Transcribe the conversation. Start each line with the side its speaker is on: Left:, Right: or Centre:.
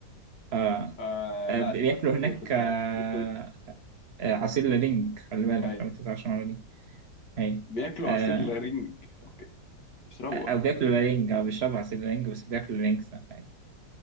Right: آه
Left: آه
Right: آه،
Left: لا
Right: بياكلوا
Left: استفدت كتير
Right: هناك
Left: خد
Right: آه
Left: بالك كنت ليه طن-
Right: آه، عصير لالينج خلي بالك
Left: اي
Right: لو انت تعرفش المعلومه دي اي
Left: بياكلوا
Right: آه
Left: عصير لارنج اوكي اشربوا
Right: او
Left: بقى
Right: بياكلوا لالينج او بيشربوا عصير لالينج بس بياكلوا لالينج ده أي.